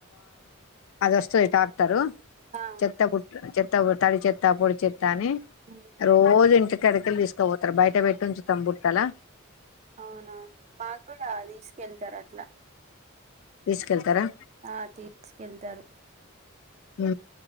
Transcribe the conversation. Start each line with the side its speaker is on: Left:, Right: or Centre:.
Left: అది వస్తది టాక్టరు
Right: ఆ
Left: చెత్త బుట్ చెత్త తడి చెత్త పొడి చెత్త త్తని
Right: ఉమ్
Left: రోజు ఇంటి కడకలు తీసుకపోతారు బయట పెట్టి ఉంచుతాం బుట్టాలా
Right: అవునా మాకు కూడా తీసుకెళ్తారు అట్లా
Left: తీసుకెళ్తారా
Right: ఆ తీసుకెళ్తారు
Left: ఉ